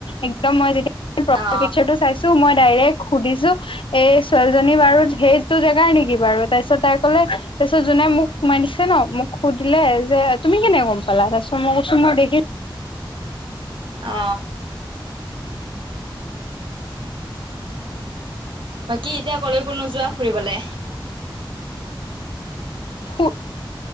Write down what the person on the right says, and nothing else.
অ
অ। বাকী এতিয়া ক'লৈকো নোযোৱা ফুৰিবলে।